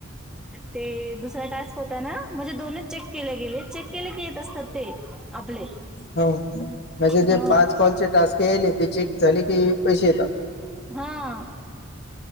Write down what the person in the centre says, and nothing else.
ते दुसरा टास्क होता ना म्हणजे दोनच चेक केले गेले चेक केले की येत असतात ते. आपले
हा
हा.